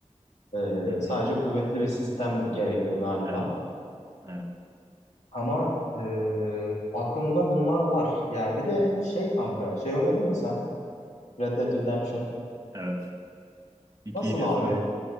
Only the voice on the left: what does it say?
Ee,
sadece kuvvetli bir sistem gerekiyor galiba.
Ama ee, aklımda bunlar var. Ya bir de şey kanka, şey oynadın mı sen? Red Dead Redemption.
Nasıl
abi?